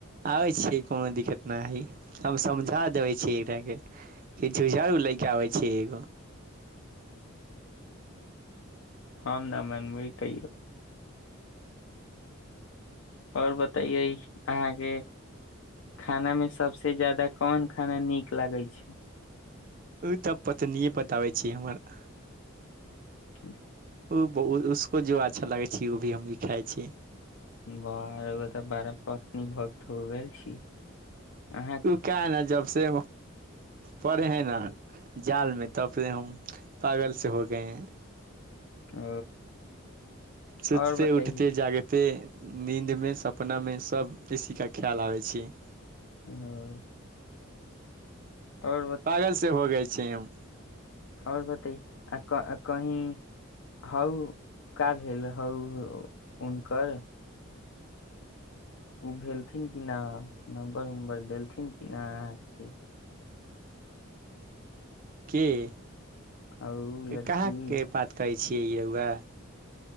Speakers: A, on the right (about 40°); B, on the left (about 70°).
A: आबै छीयै कोनो दिक्कत नहि हइ हम समझा देबै छी झुझारू ले के आबे छै एगो
B: आम नाम मन मानबै तइयो आओर बतै अहाँके खाना मे सबस ज्यादा कोन खाना नीक लागै छै
A: ओ तऽ पतने बताबै छी हमर
B: ह <unintelligible>
A: ओ बहुत जो अच्छा लागै छै ओ भी हम भी खाइ छी
B: बा ओ तऽ बड़ा पत्नी भक्त हो गेल छी अहाँके
A: उ का न जब से पड़े हैं न जाल में तबे हम पागल से हो गए है
B: ओ
A: सुतते
B: आओर बतैयै
A: उठते जागते नीन्दमे सपनामे सभ बेसीके ख्याल आबै छी
B: ओ और
A: पागल से हो गय छी हम
B: आओर बतय आ कही हउ का भेल हउ हो उनकर ओ भेलथिन कि नहि नम्बर उम्बर देलथिन कि नहि अहाँ के
A: की
B: आ ओ लड़की
A: कहाँ के बात कहै छियै य वएह